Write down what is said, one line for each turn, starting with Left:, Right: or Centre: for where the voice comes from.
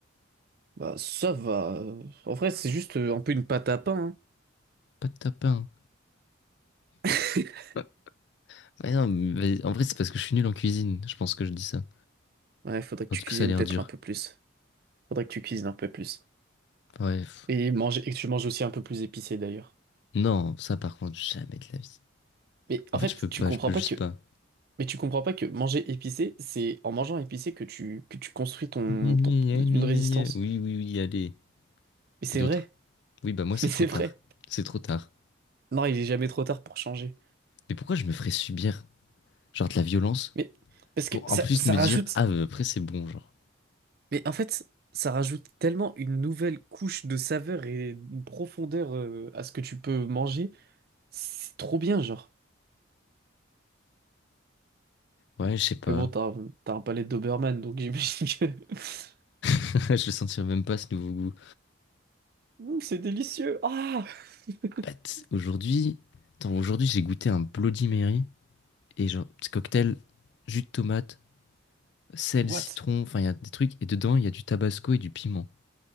Right: Bah ça va. euh. En vrai, c'est juste euh, un peu une pâte à pain.
Left: Pâte tapin.
Right: hein.
Left: hein. Ouais, non, mais en vrai c'est parce que je suis nul en cuisine, je pense que je dis ça.
Right: <laughs> Ouais, faudrait que
Left: Alors,
Right: tu
Left: du
Right: cuisines
Left: coup ça a l'air
Right: peut-être
Left: dur.
Right: un peu plus. Faudrait que tu cuisines un peu plus.
Left: Ouais.
Right: Et manger, et que tu manges aussi un peu plus épicé d'ailleurs.
Left: Non, ça par contre, jamais de la vie.
Right: Mais en
Left: En fait
Right: fait,
Left: je peux
Right: tu
Left: pas,
Right: comprends
Left: je peux
Right: pas
Left: juste
Right: que,
Left: pas.
Right: mais tu comprends pas que manger épicé, c'est en mangeant épicé que tu que tu construis ton,
Left: Gna, gna,
Right: ton-
Left: gna, gna,
Right: une résistance.
Left: gna, gna. Oui, oui, oui, allez.
Right: Mais c'est
Left: À d'autres.
Right: vrai,
Left: Oui, bah
Right: <laughs>
Left: moi c'est
Right: mais c'est
Left: trop
Right: vrai.
Left: tard. C'est trop tard.
Right: Non, il est jamais trop tard pour changer.
Left: Mais pourquoi je me ferais subir, genre de la violence,
Right: Mais parce que
Left: pour
Right: ça
Left: en plus
Right: ça
Left: me
Right: rajoute,
Left: dire, ah bah, après c'est bon, genre.
Right: mais en fait, ça rajoute tellement une nouvelle couche de saveur et une profondeur euh, à ce que tu peux manger. C'est trop bien, genre.
Left: Ouais, je sais pas.
Right: Mais bon, t'as un- t'as un palais de Doberman, donc j'imagine que <laughs>
Left: <laughs> je le sentirais même pas ce nouveau goût.
Right: Mm, c'est délicieux. Ah! <laughs>
Left: Bah, t- aujourd'hui, attends, aujourd'hui j'ai goûté un Bloody Mary et genre petit cocktail jus de tomate, sel,
Right: What?
Left: citron, enfin il y a des trucs et dedans il y a du tabasco et du piment.